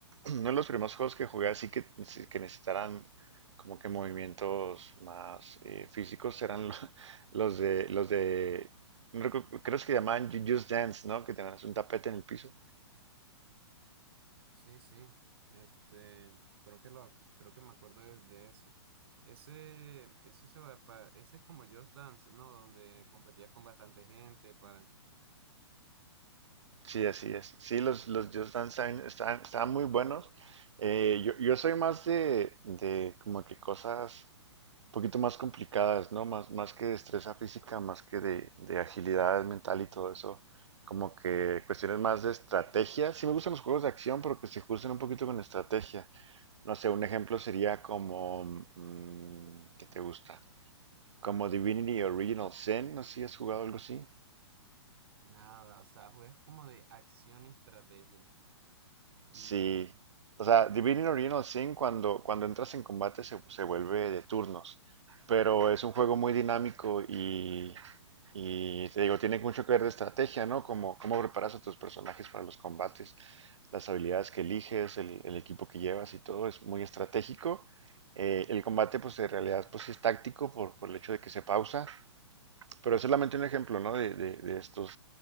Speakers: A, on the right; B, on the right.
A: uno de los primeros juegos que jugué así que, sí, que necesitaran como que movimientos más eh, físicos eran lo- <laughs> los de, los de, no recu- creo que se llamaban Ju- Just Dance, ¿no? Que tenías un tapete en el piso.
B: Sí, sí. Este, creo que lo, creo que me acuerdo de, de eso. Ese, ese se va pa- ese es como Just Dance, ¿no? Donde competías con bastante gente para
A: Sí, así es. Sí, los, los Just Dance saben- están estaban muy buenos. Eh, yo, yo soy más de, de como que cosas un poquito más complicadas, ¿no? Más, más que destreza física, más que de, de agilidad mental y todo eso. Como que cuestiones más de estrategia. Sí me gustan los juegos de acción, pero que se justen un poquito con estrategia. No sé, un ejemplo sería como... mm, ¿qué te gusta? Como Divinity Original Sin, no sé si has jugado algo así.
B: nada. O sea, juegas como de acción y estrategia.
A: Sí.
B: Mm,
A: O sea, Divinity Original Sin cuando, cuando entras en combate se, se vuelve de turnos, pero es un juego muy dinámico y, y te digo, tiene mucho que ver de estrategia, ¿no? Como cómo preparas a tus personajes para los combates, las habilidades que eliges, el, el equipo que llevas y todo es muy estratégico. Eh, el combate, pues en realidad, pues sí es táctico por, por el hecho de que se pausa, pero es solamente un ejemplo, ¿no? De, de- de estos,